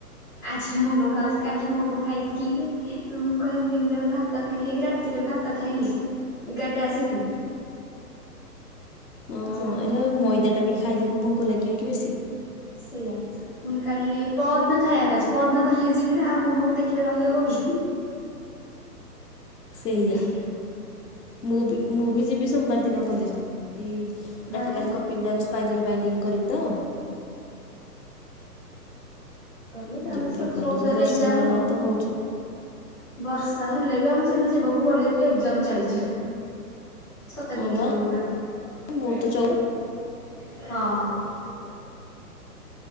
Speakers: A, in the centre; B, on the left.
A: ଆଜି ମୋମୋ ଖାଉଚି କାଲି ମୋମୋ ଖାଇଥିଲି ଯେ ଉ ଖାଲି ଦିନ ଯାକ ଭା ତ ଖାଇଲି ଯାଇକି ରାତିରେ ଭାତ ଖାଇଲି ଏଗାରଟା ଆସିକି।
B: ହଁ
A: ଆଜି ଆଉ ମୋମୋ
B: ଏରା
A: ଖା
B: ମଇଦା ଟା ବି ଖାଇଲେ କଣ ଭୋକ ଲାଗିବ କି ବେଶୀ?
A: ସେଇଆ। ପୁଣି କାଲି ପଅରଦିନ ଖାଇବାର ଅଛି ପଅରଦିନ କଲେଜ ଯିବି ନା ଆଉ ମୋମ କୁ ଦେଖିଲେ ରହେବ କି?
B: ସେଇଆ,
A: ଖାଇଦେବି
B: ମୁଁ ବି ମୁଁ ବି ଯିବି ସୋମବାର ଦିନ କଲେଜ। ଏଇ
A: ଭଲ
B: ପ୍ରାକ୍ଟିକାଲ କପି ଗୁଡାକ ସ୍ପାଇରାଲ ବାଇଣ୍ଡିଙ୍ଗ କରିବି ତ।
A: କଲେ ତାପରେ
B: ଯିବି
A: ସ
B: କଲେଜ
A: ଚଉଦରେ
B: ବର୍ଷା
A: ଏକ୍ଜାମ।
B: ତ ହଉଛି
A: ବର୍ଷା ହେଲେ ବି ଆମେ ସେଦିନ ଯିବାକୁ ପଡିବ ଯେହେତୁ ଏଜାମ ଚାଲିଚି। ଛତା
B: ହଁ
A: ନେଇକି
B: ବା
A: ଯିବାକୁ ପଡିବ
B: ମୋର ତ ଚଉଦ
A: <unintelligible> ହଁ। ଝିପ